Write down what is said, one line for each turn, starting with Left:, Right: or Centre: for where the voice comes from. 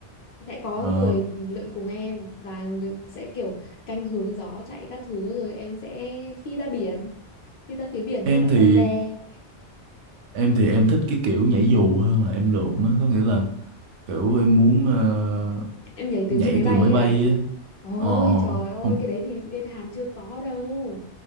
Left: sẽ có
Right: ờ
Left: người lượn cùng em và người sẽ kiểu canh hướng gió chạy các thứ rồi em sẽ phi ra biển. Phi ra phía biển
Right: em
Left: xong lại
Right: thì
Left: quanh về.
Right: em thì em thích cái kiểu nhảy dù hơn là em lượn á có nghĩa là kiểu em muốn ờ,
Left: Em nhảy từ
Right: nhảy
Left: trên máy bay
Right: từ máy
Left: ấy
Right: bay
Left: à?
Right: á
Left: Ôi
Right: ờ ờ,
Left: trời ơi,
Right: không
Left: cái đấy thì bên Hàn chưa có đâu.